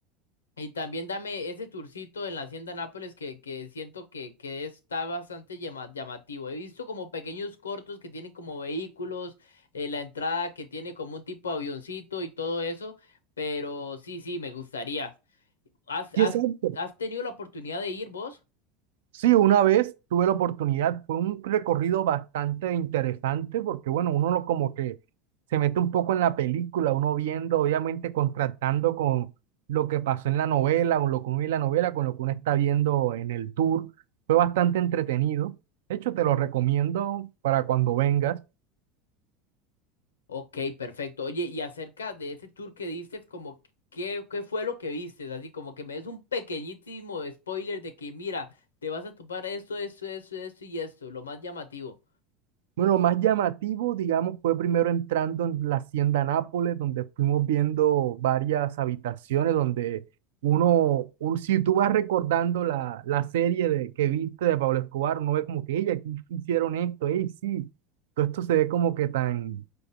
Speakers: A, on the left; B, on the right.
A: y también dame ese tourcito en la Hacienda Nápoles que, que siento que, que está bastante llama- llamativo. He visto como pequeños cortos que tienen como vehículos, eh, la entrada que tiene como un tipo avioncito y todo eso, pero sí, sí, me gustaría. ¿Has,
B: Sí,
A: has,
B: exacto.
A: has tenido la oportunidad de ir vos?
B: Sí, una vez tuve la oportunidad, fue un recorrido bastante interesante porque, bueno, uno lo como que se mete un poco en la película, uno viendo, obviamente, contrastando con lo que pasó en la novela, o lo que uno ve en la novela, con lo que uno está viendo en el tour. Fue bastante entretenido. De hecho, te lo recomiendo para cuando vengas.
A: Ok, perfecto. Oye, y acerca de ese tour que diste, como qué, qué fue lo que viste, así como que me des un pequeñísimo spoiler de que mira, te vas a topar esto, esto, esto, esto y esto, lo más llamativo.
B: Bueno, lo más llamativo, digamos, fue primero entrando en la Hacienda Nápoles, donde fuimos viendo varias habitaciones, donde uno, un- si tú vas recordando la, la serie de, que viste de Pablo Escobar, uno ve como que, ella aquí hicieron esto, ey, sí, todo esto se ve como que tan,